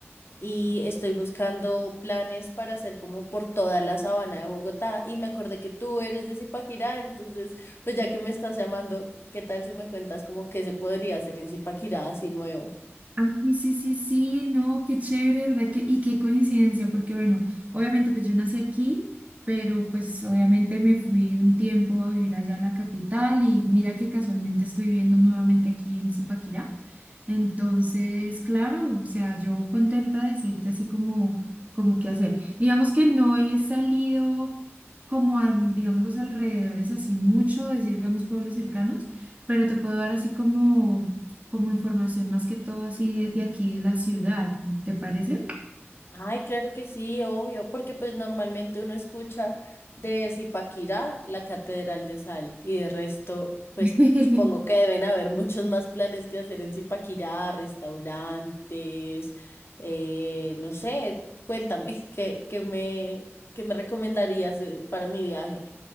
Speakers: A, on the left; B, on the right.
A: y estoy buscando planes para hacer como por toda la sabana de Bogotá y me acordé que tú eres de Zipaquirá, entonces, pues ya que me estás llamando, ¿qué tal si me cuentas como qué se podría hacer en Zipaquirá así nuevo?
B: Ah, Sí, sí, sí, sí, no, qué chévere, ¿verdad? que y qué coincidencia, porque bueno, obviamente pues yo nací aquí, pero pues obviamente me fui un tiempo a vivir allá a la capital y mira que casualmente estoy viviendo nuevamente aquí en Zipaquirá. Entonces, claro, o sea, yo contenta de decirte así como, como qué hacer. Digamos que no he salido como a, digamos, los alrededores así mucho, decir, digamos, pueblos cercanos, pero te puedo dar así como, como información más que todo así de, de aquí de la ciudad, ¿te parece?
A: Ay, claro que sí, obvio, porque pues normalmente uno escucha de Zipaquirá la Catedral de Sal y de resto, pues
B: <laughs>
A: supongo que deben haber muchos más planes que hacer en Zipaquirá, restaurantes, eh, no sé, cuéntame, <laughs> ¿qué, qué me, qué me recomendarías eh, para mi viaje?